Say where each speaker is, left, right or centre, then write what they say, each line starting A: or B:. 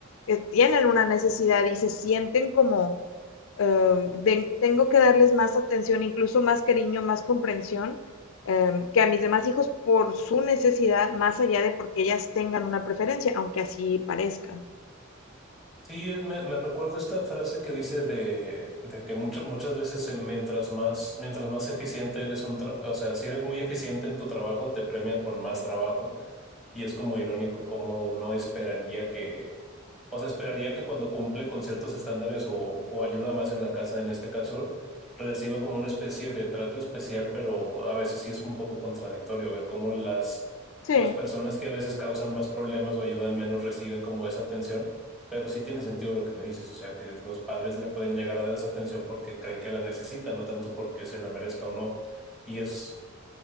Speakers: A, on the left; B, in the centre.
A: que tienen una necesidad y se sienten como eh, ven- tengo que darles más atención, incluso más cariño, más comprensión eh, que a mis demás hijos por su necesidad, más allá de porque ellas tengan una preferencia, aunque así parezca.
B: Sí, es- me, me recuerdo esta frase que dice de, de que mucho- muchas veces eh, mientras más, mientras más eficiente eres un tra- o sea, si eres muy eficiente en tu trabajo, te premian con más trabajo Y es como irónico como uno esperaría que, o sea, esperaría que cuando cumple con ciertos estándares o, o ayuda más en la casa, en este caso, reciba como una especie de trato especial, pero a veces sí es un poco contradictorio ver cómo las,
A: Sí,
B: las personas que a veces causan más problemas o ayudan menos reciben como esa atención. Pero sí tiene sentido lo que me dices, o sea, que los padres le pueden llegar a dar esa atención porque creen que la necesitan, no tanto porque se la merezca o no. Y es